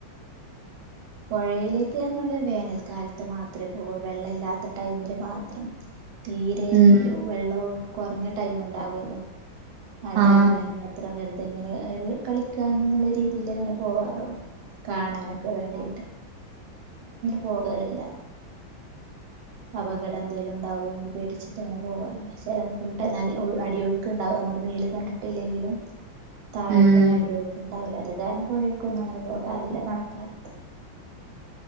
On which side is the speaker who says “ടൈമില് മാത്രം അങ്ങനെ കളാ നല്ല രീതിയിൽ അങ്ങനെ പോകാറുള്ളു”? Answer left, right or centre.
Right